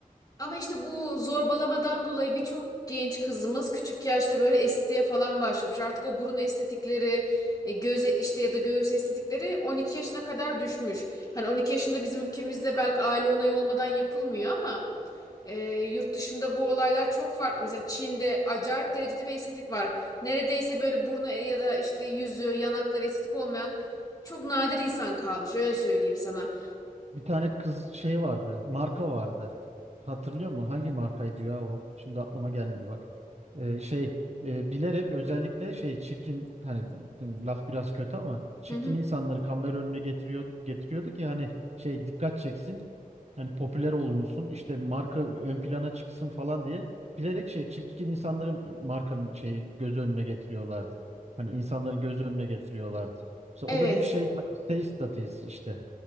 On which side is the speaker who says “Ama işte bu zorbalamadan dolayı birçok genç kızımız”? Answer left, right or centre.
Left